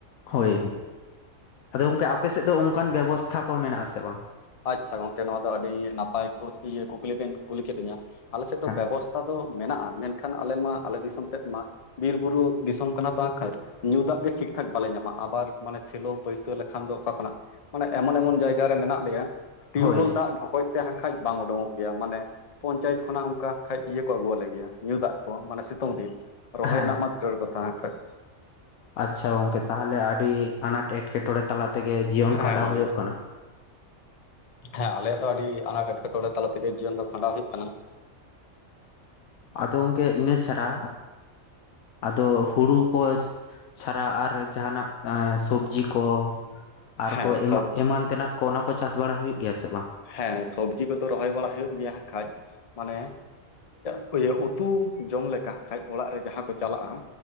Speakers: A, on the left; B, on the left.
A: ᱦᱳᱭ ᱟᱫᱚ ᱜᱚᱝᱠᱮ ᱟᱯᱮ ᱥᱮᱫ ᱫᱚ ᱚᱱᱠᱟᱱ ᱵᱮᱵᱚᱥᱛᱷᱟ ᱠᱚ ᱢᱮᱱᱟᱜᱼᱟ ᱥᱮ ᱵᱟᱝ?
B: ᱟᱪᱪᱷᱟ ᱜᱚᱝᱠᱮ ᱱᱚᱣᱟ ᱫᱚ ᱟᱹᱰᱤ ᱱᱟᱯᱟᱭ ᱠᱚ ᱠᱩᱠᱞᱤ ᱵᱮᱱ ᱠᱩᱞᱤ ᱠᱮᱫ ᱞᱤᱧᱟ ᱟᱞᱮ ᱥᱮᱫ ᱫᱚ
A: ᱦᱮᱸ
B: ᱵᱮᱵᱚᱥᱛᱷᱟ ᱫᱚ ᱢᱮᱱᱟᱜᱼᱟ ᱢᱮᱱᱠᱷᱟᱱ ᱟᱞᱮ ᱢᱟ ᱟᱞᱮ ᱫᱤᱥᱚᱢ ᱥᱮᱫ ᱢᱟ ᱵᱤᱨ ᱵᱩᱨᱩ ᱫᱤᱥᱚᱢ ᱠᱟᱱᱟ ᱵᱟᱝ ᱠᱷᱟᱡ ᱧᱩ ᱫᱟᱜ ᱜᱮ ᱴᱷᱤᱠ ᱴᱷᱟᱠ ᱵᱟᱞᱮ ᱧᱟᱢᱟ ᱟᱵᱟᱨ ᱢᱟᱱᱮ ᱥᱮᱞᱳ ᱵᱟᱹᱭᱥᱟᱹᱣ ᱞᱮᱠᱷᱟᱱ ᱫᱚ ᱚᱠᱟ ᱠᱷᱚᱱᱟᱜ ᱢᱟᱱᱮ ᱮᱢᱚᱱ ᱮᱢᱚᱱ ᱡᱟᱭᱜᱟ‌ ᱨᱮ ᱢᱮᱱᱟᱜ ᱞᱮᱭᱟ ᱴᱤᱭᱩᱠᱚᱞ
A: ᱦᱳᱭ
B: ᱫᱟᱜ ᱰᱷᱚᱠᱚᱡ ᱛᱮ ᱦᱟᱠᱷᱟᱡ ᱵᱟᱝ ᱩᱰᱩᱠᱚᱜ ᱜᱮᱭᱟ ᱢᱟᱱᱮ ᱯᱚᱧᱪᱟᱭᱮᱛ ᱠᱷᱚᱱᱟᱜ ᱚᱱᱠᱟ ᱠᱷᱟᱱ ᱤᱭᱟᱹ ᱠᱚ ᱟᱹᱜᱩᱣᱟᱞᱮ ᱜᱮᱭᱟ ᱧᱩ ᱫᱟᱜ ᱠᱚ ᱢᱟᱱᱮ ᱥᱤᱛᱩᱝ ᱫᱤᱱ ᱨᱚᱦᱚᱭ
A: ᱦᱮᱸ
B: ᱨᱮᱱᱟᱜ ᱢᱟ ᱠᱷᱟᱹᱲ ᱠᱚ ᱛᱟᱦᱮᱸ ᱟᱠᱟᱫ
A: ᱟᱪᱪᱷᱟ ᱜᱚᱝᱠᱮ ᱛᱟᱦᱚᱞᱮ ᱟᱹᱰᱤ ᱟᱱᱟᱴ ᱮᱴᱠᱮᱴᱚᱬᱮ ᱛᱟᱞᱟ ᱛᱮᱜᱮ ᱡᱤᱭᱚᱱ
B: ᱦᱮᱸ
A: ᱠᱷᱟᱸᱰᱟᱣ ᱦᱩᱭᱩᱜ ᱠᱟᱱᱟ
B: ᱦᱮᱸ ᱟᱞᱮᱭᱟᱜ ᱫᱚ ᱟᱹᱰᱤ ᱟᱱᱟᱴ ᱮᱴᱠᱮᱴᱚᱬᱮ ᱛᱟᱞᱟ ᱛᱮᱜᱮ ᱡᱤᱭᱚᱱ ᱫᱚ ᱠᱷᱟᱸᱰᱟᱣ ᱦᱩᱭᱩᱜ ᱠᱟᱱᱟ
A: ᱟᱫᱚ ᱜᱚᱝᱠᱮ ᱤᱱᱟᱹ ᱪᱷᱟᱲᱟ ᱟᱫᱚ ᱦᱩᱲᱩ ᱠᱚ ᱪᱷᱟᱲᱟ ᱟᱨ ᱡᱟᱦᱟᱱᱟᱜ ᱥᱚᱵᱡᱤ ᱠᱚᱼᱼ ᱟᱨᱦᱚᱸ
B: ᱦᱮᱸ
A: ᱮᱢ
B: ᱥᱚᱵ
A: ᱮᱢᱟᱱ ᱛᱮᱱᱟᱜ ᱠᱚ ᱚᱱᱟ ᱠᱚ ᱪᱟᱥ ᱵᱟᱲᱟ ᱦᱩᱭᱩᱜ ᱜᱮᱭᱟ ᱥᱮ ᱵᱟᱝ?
B: ᱦᱮᱸ ᱥᱚᱵᱡᱤ ᱠᱚᱫᱚ ᱨᱚᱦᱚᱭ ᱵᱟᱲᱟ ᱦᱩᱭᱩᱜ ᱜᱮᱭᱟ ᱦ ᱠᱷᱟᱡ ᱢᱟᱱᱮᱼᱼ ᱚᱠᱚᱭᱟᱜ ᱩᱛᱩ ᱡᱚᱢ ᱞᱮᱠᱟ ᱠᱷᱟᱱ ᱚᱲᱟᱜ ᱨᱮ ᱡᱟᱦᱟᱸ ᱠᱚ ᱪᱟᱞᱟᱜᱼᱟ᱾